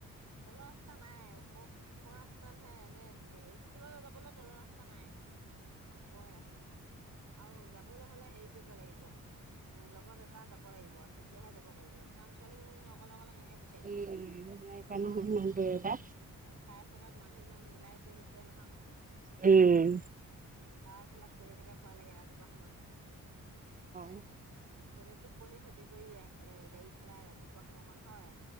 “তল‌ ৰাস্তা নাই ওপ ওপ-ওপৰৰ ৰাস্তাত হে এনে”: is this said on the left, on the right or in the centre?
Right